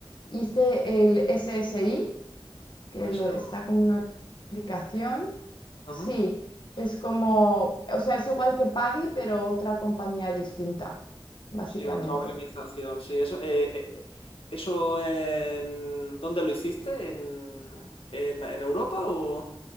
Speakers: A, on the left; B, on the left.
A: hice el SSI, que
B: A ese
A: lo- está
B: no-
A: como una aplicación.
B: Ajá.
A: Sí, es como, o sea, es igual que PADI, pero otra compañía distinta, básicamente.
B: Sí, otra organización, sí. Eso, eh, eh, eso en, ¿dónde lo hiciste? ¿En, en, en Europa o...?